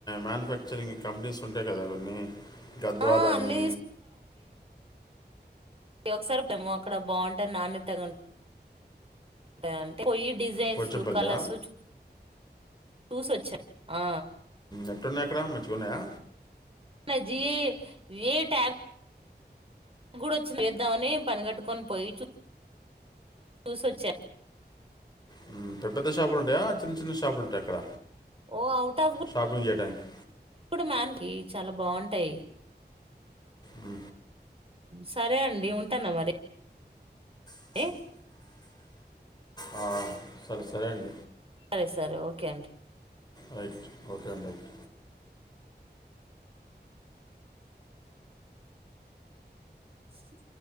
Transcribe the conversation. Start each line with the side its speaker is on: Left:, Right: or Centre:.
Left: మ్యానుఫ్యాక్చరింగ్ కంపెనీస్ ఉంటాయి. కదా కొన్ని. గద్వాల్
Right: ఆ
Left: లని.
Right: అన్ని ఇది ఒకసారిమో అక్కడ బాగుంటే. నాన్న ఇతడు గాని. అంటే పోయి డిజైన్స్
Left: పోచంపల్లి
Right: కలర్సు. చూసొచ్చా, ఆ.
Left: ఎట్లున్నయి అక్కడ మంచిగా ఉన్నాయా.
Right: జీ ఏ టైప్ గూడోచ్చింది ఎద్దామని పనిగట్టుకొని పోయి చు చూసొచ్చా
Left: హ్మ్ పెద్ద పెద్ద షాపులు ఉంటాయా చిన్న చిన్న షాపులు ఉంటాయా అక్కడ
Right: ఓ అఔటఫ్
Left: షాపింగ్ చేయడానికి
Right: ఇప్పుడు మ్యాన్ కి చాలా బాగుంటాయి
Left: ఆ
Right: సరే అండి ఉంటాన మరి ఏ
Left: ఆ ఆ సరే సరే అండి
Right: సరే సరే ఓకే అండి.
Left: రైట్ ఓకే అండి రైట్
Right: స